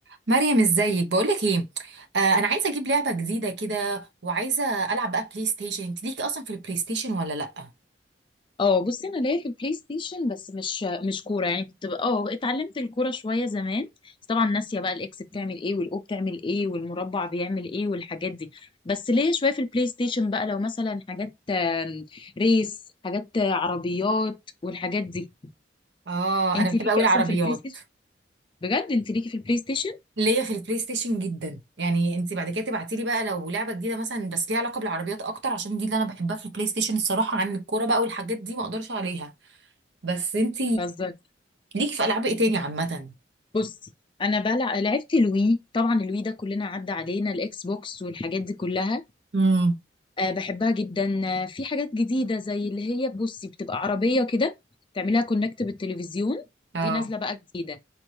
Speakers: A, on the right; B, on the left.
A: مريم ازيك بقولك ايه آه انا عايزه اجيب لعبه جديده كده وعايزه العب بقى بلاي ستيشن انت ليكي اصلا في البلاي ستيشن ولا لا
B: اه بصي انا ليا في البلاي ستيشن بس مش مش كوره يعني كنت بقى- اه اتعلمت الكوره شويه زمان بس طبعا ناسيه بقى الاكس بتعمل ايه والاو بتعمل ايه والمربع بيعمل ايه والحاجات دي بس ليا شويه في البلاي ستيشن بقى لو مثلا حاجات آم، ريس حاجات آه، عربيات والحاجات دي
A: اه
B: انت
A: انا بحب
B: ليكي
A: قوي العربيات
B: اصلا في البلاي ستيشن بجد انت ليكي في البلاي ستيشن
A: ليا في البلاي ستيشن جدا يعني انت بعد كده تبعتي لي بقى لو لعبه جديده مثلا بس ليها علاقه بالعربيات اكتر عشان دي اللي انا بحبها في البلاي ستيشن الصراحه عن الكوره بقى والحاجات دي ما اقدرش عليها بس انت
B: بهزر
A: ليكي في العاب ايه تاني عامه
B: بصي انا بلع... لعبت الوي طبعا الوي ده كلنا عدى علينا الاكس بوكس والحاجات دي كلها
A: امم
B: آه، بحبها جدا آه، في حاجات جديدة زي اللي هي بصي بتبقى عربية كده تعملها كونكت بالتلفزيون
A: اه
B: دي نازلة بقى جديدة